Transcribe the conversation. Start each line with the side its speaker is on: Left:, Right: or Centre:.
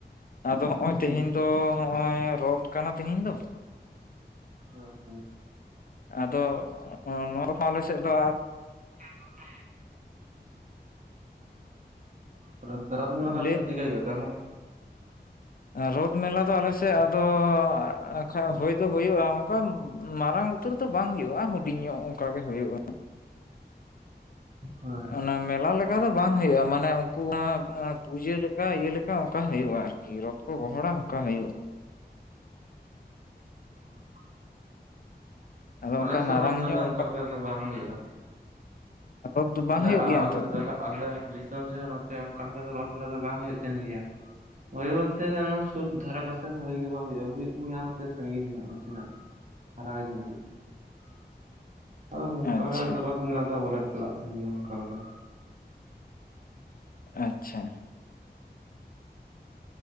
Left: ᱟᱫᱚ ᱦᱚᱸᱜᱼᱚᱭ
Right: ᱦᱩᱸ
Left: ᱛᱮᱦᱮᱧ ᱫᱚ ᱦᱚᱸᱜᱼᱚᱭ ᱨᱚᱛᱷ ᱠᱟᱱᱟ ᱛᱮᱦᱮᱧ ᱫᱚ
Right: ᱦᱚ, ᱦᱮᱸ
Left: ᱟᱫᱚ ᱱᱚ-ᱱᱚᱣᱟ ᱨᱚᱛᱷᱟ ᱟᱞᱮ ᱥᱮᱫ ᱫᱚ
Right: ᱦᱮᱸ ᱦᱮᱸ <unintelligible> ᱛᱟᱨᱯᱚᱨᱮ ᱨᱚᱛᱷ ᱢᱮᱞᱟ ᱫᱚ ᱟᱯᱮ
Left: ᱞᱟᱹᱭ
Right: ᱥᱮᱦ ᱪᱮᱫ ᱞᱮᱠᱟ ᱦᱩᱭᱩᱜ-ᱟ ᱛᱟᱦᱞᱮ
Left: ᱨᱚᱫ ᱢᱮᱞᱟ ᱫᱚ ᱟᱞᱮ ᱥᱮᱫ ᱟᱫᱚ ᱡᱟᱸᱜᱟ ᱠᱷᱟᱡ ᱦᱩᱭ ᱫᱚ ᱦᱩᱭᱩᱜᱼᱟ ᱚᱝᱠᱟ ᱢᱟᱨᱟᱝ ᱩᱛᱟᱹᱨ ᱫᱚ ᱵᱟᱝ ᱦᱩᱭᱩᱜᱼᱟ ᱦᱩᱰᱤᱧ ᱧᱚᱜ ᱚᱝᱠᱟ ᱜᱮ ᱦᱩᱭᱩᱜᱼᱟ
Right: ᱦᱳᱭ
Left: ᱚᱱᱟ ᱢᱮᱞᱟ ᱞᱮᱠᱟ ᱫᱚ ᱵᱟᱝ ᱦᱩᱭᱩᱜᱼᱟ ᱢᱟᱱᱮ ᱩᱝᱠᱩ ᱯᱩᱡᱟᱹ ᱞᱮᱠᱟ ᱤᱭᱟᱹ ᱞᱮᱠᱟ ᱚᱱᱮ ᱚᱝᱠᱟ ᱦᱩᱭᱩᱜᱼᱟ ᱟᱨᱠᱤ ᱨᱚᱛᱷ ᱠᱚ ᱜᱚᱦᱚᱲᱟ ᱚᱝᱠᱟ ᱦᱩᱭᱩᱜᱼᱟ
Right: ᱦᱮᱸ <unintelligible>
Left: ᱟᱫᱚ
Right: ᱟᱞᱮ
Left: ᱚᱱᱠᱟ
Right: ᱥᱚᱛ
Left: ᱢᱟᱨᱟᱝ
Right: ᱨᱮᱱᱟᱜ
Left: ᱧᱚᱜ
Right: ᱫᱚ ᱚᱱᱠᱟ ᱞᱮᱠᱟ ᱫᱚ ᱵᱟᱝ ᱦᱩᱭᱩᱜᱼᱟ
Left: ᱨᱚᱛ ᱫᱚ ᱵᱟᱝ
Right: ᱟᱞᱮ
Left: ᱦᱩᱭᱩᱜ ᱜᱮᱭᱟ
Right: ᱟᱞᱞ
Left: ᱚᱱᱛᱮ
Right: <unintelligible>
Left: ᱫᱚ
Right: ᱟᱞᱮ ᱫᱤᱥᱚᱢ ᱨᱮᱦᱚᱸ ᱱᱚᱛᱮ ᱚᱱᱠᱟ ᱞᱮᱠᱟ ᱫᱚ ᱨᱚᱛᱷ ᱢᱮᱞᱟ ᱫᱚ ᱵᱟᱝ ᱦᱩᱭᱩᱜ ᱛᱟᱦᱮᱱ ᱜᱮᱭᱟ ᱳᱭ ᱵᱚᱞᱛᱮ ᱚᱱᱟ ᱥᱩᱥ ᱫᱷᱟᱨᱮ ᱯᱟᱥᱮ ᱦᱩᱭ ᱜᱮ ᱵᱟᱝ ᱦᱩᱭᱩᱜ ᱦᱩᱭᱩᱜ ᱛᱱ ᱜᱮᱭᱟᱛᱮ ᱥᱟᱺᱜᱤᱧ ᱧᱚᱜ ᱱᱟᱥᱮᱱᱟᱜ ᱯᱷᱟᱨᱟᱣ ᱧᱚᱜ ᱦᱩᱭᱩᱜ ᱛᱟᱦᱮᱱᱟ <unintelligible> ᱟᱫᱚ ᱚᱱᱠᱟ
Left: ᱟᱪᱪᱷᱟ
Right: ᱞᱮᱠᱟᱮᱫᱚ ᱨᱚᱛᱷ ᱢᱮᱞᱟ ᱫᱚ ᱵᱟᱞᱮ ᱪᱟᱞᱟᱜ ᱛᱟᱦᱮᱱ ᱜᱮᱭᱟ ᱚᱱᱠᱟ ᱞᱮᱠᱟ
Left: ᱟᱪᱪᱷᱟ